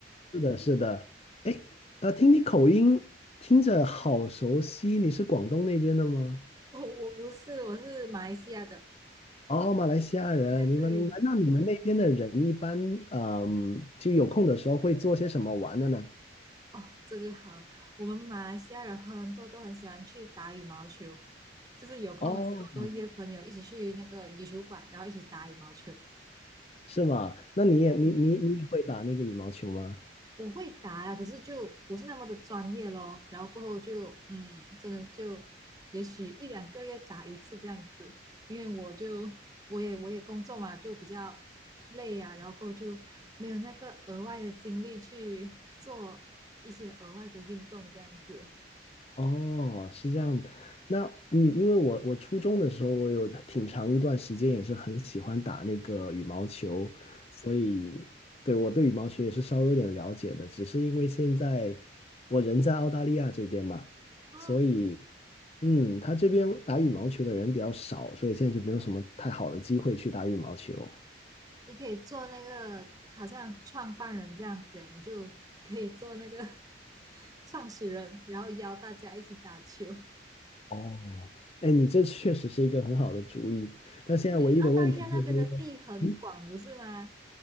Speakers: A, on the left (about 30°); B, on the right (about 20°).
A: 是的，是的。哎，呃，听你口音，听着好熟悉，你是广东那边的吗？
B: 我我不是，我是马来西亚的。
A: 哦，马来西亚人，
B: 对对对，
A: 明白明白。那你们那边的人一般，嗯，就有空的时候会做些什么玩的呢？
B: 哦，这就好了。我们马来西亚人很多都很喜欢去打羽毛球，就是有空的时候都会约朋友一起去那个羽球馆，
A: 哦，
B: 然后一起打羽毛球。
A: 是吗？那你也你你你也会打那个羽毛球吗？
B: 对，我会打啊，可是就不是那么的专业咯。然后过后就嗯，真的就也许一两个月打一次这样子，因为我就我也我也工作嘛，就比较累啊，然后过后就没有那个额外的精力去做一些额外的运动这样子。
A: 哦，是这样。那嗯，因为我我初中的时候，我有挺长一段时间也是很喜欢打那个羽毛球，所以对我对羽毛球也是稍微有点了解的。只是因为现在我人在澳大利亚这边嘛，
B: 哦，
A: 所以嗯，他这边打羽毛球的人比较少，所以现在就没有什么太好的机会去打羽毛球。
B: 你可以做那个好像创办人这样子诶你就可以做那个 <laughs> 创始人，然后邀大家一起打球。
A: 哦，哎，你这确实是一个很好的主意，但现在唯一的问题就是因为嗯，
B: 而且澳大利亚那边的地很广，不是吗？